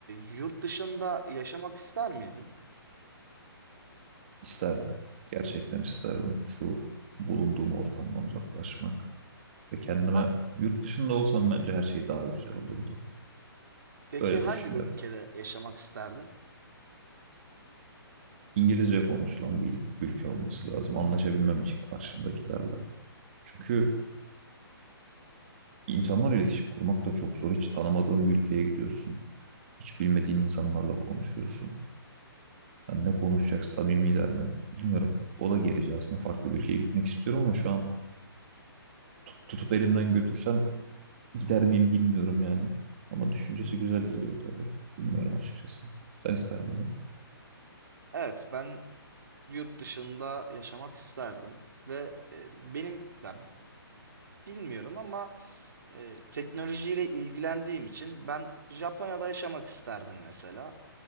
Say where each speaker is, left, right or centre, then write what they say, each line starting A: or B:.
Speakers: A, on the right; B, on the right.
A: yurt dışında yaşamak ister miydin?
B: İsterdim. Gerçekten isterdim. Şu bulunduğum ortamdan uzaklaşmak ve kendime
A: Ha,
B: yurt dışında olsam bence her şey daha güzel olurdu.
A: peki
B: Böyle
A: hangi
B: düşünüyorum.
A: ülkede yaşamak isterdin?
B: İngilizce konuşulan bir ülke olması lazım. Anlaşabilmem için karşımdakilerle. Çünkü insanlarla iletişim kurmak da çok zor. Hiç tanımadığın bir ülkeye gidiyorsun. Hiç bilmediğin insanlarla konuşuyorsun. Yani ne konuşacak, samimiler mi? Bilmiyorum. O da gerici aslında. Farklı bir ülkeye gitmek istiyorum ama şu an tut- tutup elimden götürsen Gider miyim bilmiyorum yani. Ama düşüncesi güzel geliyor tabii. Bilmiyorum açıkçası. Sen ister miydin?
A: Evet ben yurt dışında yaşamak isterdim ve e, benim ya bilmiyorum ama e, teknolojiyle ilgilendiğim için ben Japonya'da yaşamak isterdim mesela.